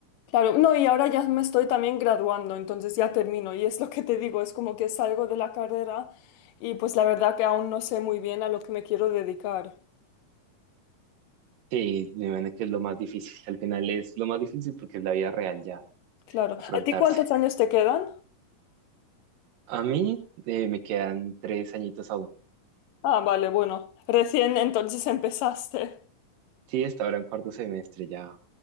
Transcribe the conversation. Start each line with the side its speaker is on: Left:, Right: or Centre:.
Left: Claro, no, y ahora ya me estoy también graduando, entonces ya termino y es lo que te digo, es como que salgo de la carrera y pues la verdad que aún no sé muy bien a lo que me quiero dedicar.
Right: Sí, me imagino que es lo más difícil. Al final es lo más difícil porque es la vida real ya,
Left: Claro,
Right: afrontarse.
Left: ¿a ti cuántos años te quedan?
Right: A mí eh, me quedan tres añitos aún.
Left: Ah, vale, bueno. Recién entonces empezaste.
Right: Sí, hasta ahora en cuarto semestre ya,